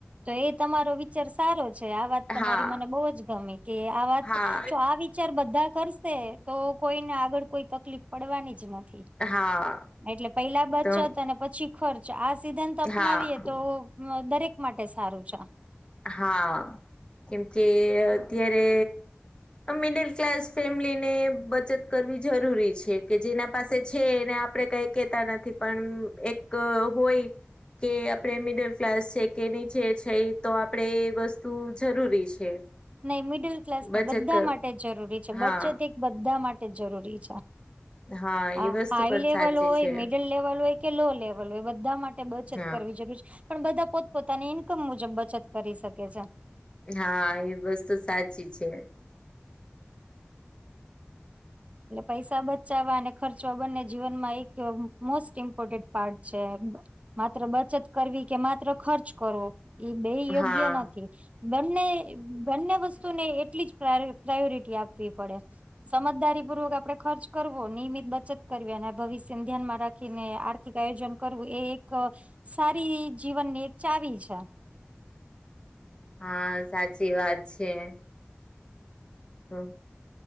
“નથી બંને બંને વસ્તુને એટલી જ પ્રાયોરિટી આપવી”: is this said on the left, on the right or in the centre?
Right